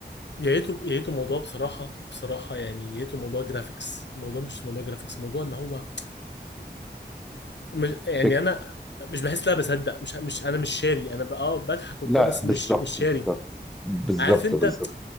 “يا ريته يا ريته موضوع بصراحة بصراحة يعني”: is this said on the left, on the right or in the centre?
Left